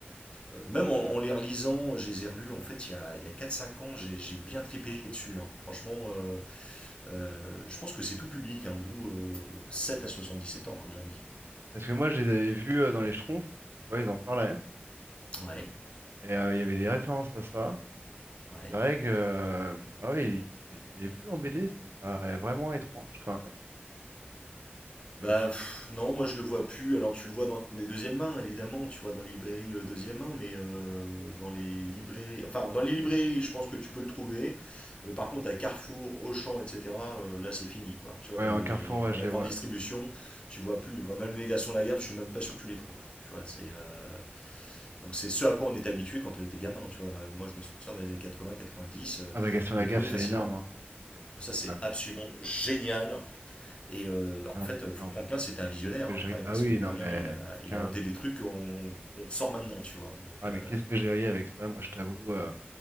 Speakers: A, on the left (about 25°); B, on the right (about 75°).
A: euh, même en, en les relisant, je les ai relus en fait il y a, il y a quatre cinq ans, j'ai bien tripé dessus. hein. Franchement, euh, euh, je pense que c'est tout public, hein, d'où euh, 7 à sept ans, comme on dit.
B: Parce que moi, je les avais vus euh, dans les Schtroumpfs, tu vois, ils en parlaient,
A: Ouais,
B: et euh, il y avait des références à ça,
A: ouais.
B: et c'est vrai que, euh, ah oui, c'est c'est plus en BD, ça me paraît vraiment étrange, quand même.
A: Bah
B: Parce que c'est-
A: pff, non, moi je le vois plus. Alors tu le vois dans des deuxièmes mains, évidemment, tu vois, dans les librairies euh, deuxième main, mais euh, dans les librairies, enfin dans les librairies, je pense que tu peux le trouver. Mais par contre, à Carrefour, Auchan, etc., euh, là c'est fini, quoi. Tu vois,
B: Ouais,
A: dans
B: en
A: les,
B: Carrefour, ouais,
A: dans
B: je
A: la
B: les
A: grande
B: vois.
A: distribution, tu vois plus. Enfin, même les garçons de la gaffe, je suis même pas sûr que tu les trouves. Tu vois, c'est euh, donc c'est ce à quoi on était habitué quand on était gamin. Tu vois, Euh, moi je me souviens dans les années 80-90,
B: Ah bah, Gaston
A: on
B: Lagaffe,
A: les trouvait facilement.
B: c'est énorme, hein. C'est
A: Ça
B: c'est
A: c'est
B: quand même,
A: absolument génial et euh, bah,
B: ah
A: en
B: non,
A: fait,
B: c'est
A: euh,
B: énorme,
A: Franquin,
B: ça.
A: c'était un visionnaire,
B: Qu'est-ce que
A: hein.
B: j'ai
A: Enfin,
B: ri... Ah
A: parce
B: oui,
A: que mine
B: non,
A: de rien,
B: mais,
A: il a,
B: Franquin,
A: il a inventé des trucs qu'on qu'on sort maintenant, tu vois. Donc,
B: ah
A: euh,
B: mais qu'est-ce que j'ai ri avec ça, moi, je t'avoue, euh,